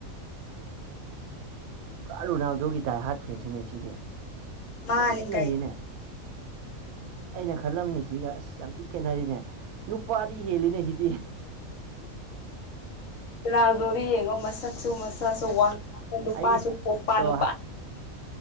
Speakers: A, on the right (about 85°); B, on the left (about 65°).
A: ꯄꯨꯔꯥ ꯔꯣꯅꯥꯜꯗꯣꯒꯤ ꯗꯥꯏ ꯍꯥꯔꯠ ꯐꯦꯟꯁꯤꯅꯦ ꯁꯤꯗꯤ
B: ꯃꯥꯅꯦ
A: ꯌꯥꯝ ꯊꯤ
B: ꯀꯩ
A: ꯅꯩꯌꯦꯅꯦ ꯑꯩꯅ ꯈꯜꯂꯝꯅꯤ ꯁꯤꯒ ꯑꯁ ꯌꯥꯝ ꯊꯤꯛ ꯈꯦꯠꯅꯔꯤꯅꯦ ꯅꯨꯄꯥꯗꯤ ꯍꯦꯜꯂꯤꯅꯦ ꯁꯤꯗꯤ
B: ꯔꫭꯅꯥꯜꯗꯣꯗꫭ ꯌꯦꯡꯉꯣ ꯃꯁꯛ ꯁꯛꯁꯨ ꯃꯁꯁꯨ ꯋꯥꯡ ꯆꯥꯎꯕ ꯅꯨꯄꯥꯁꯨ
A: ꯑꯩ
B: ꯄꯣꯛꯄ
A: ꯇꯣ
B: ꯅꯨꯄꯥ